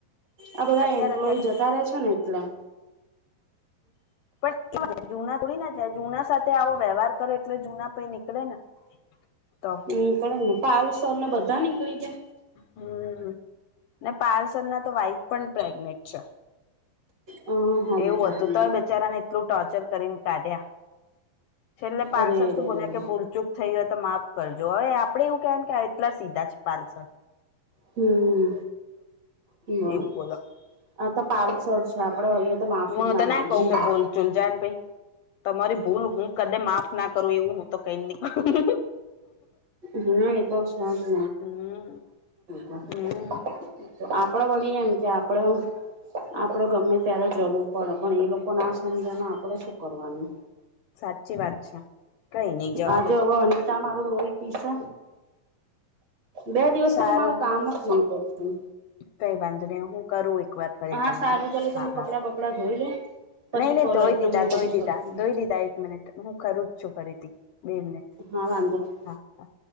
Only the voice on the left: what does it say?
અત્યારે
અત્યારે
પણ <inaudible> જુના થોડી <inaudible> જુના સાથે આવો વ્યવહાર કરો એટલે જુના પઈ નીકળે ને. તો
હમ. ને પારૂલસર ના તો વાઈફ પણ પ્રેગ્નેન્ટ છે.
એવું હતું તોય બચારાને એટલું ટોર્ચર કરીને કાઢ્યા. છેલ્લે પારૂલસર
શું
બોલ્યા કે
ભૂલચૂક થઈ હોય તો માફ કરજો. હવે આપડે એવું કહેવાનું ક્યા આવે એટલા સીધા છે પારૂલસર.
એવું બોલો
હું
તો
કઉ કે ભૂલ ચૂલ જાન ભાઈ તમારી ભૂલ હું કદ માફ ના કરું એવું હું તો કહીન નીકળું.
હમ
હમ
સાચી વાત છે, કંઈ નઈ જવા
દોને.
સારું
કઈ વાંધ નહી હું કરું એક વાર ફરી
તમને
હા
હા.
નહી નહી
ધોઈ
દીધા
ધોઈ
દીધા ધોઈ દીધા એક મિનિટ હું ખરું જ છું ફરીથી બે મિનિટ
હા, હા.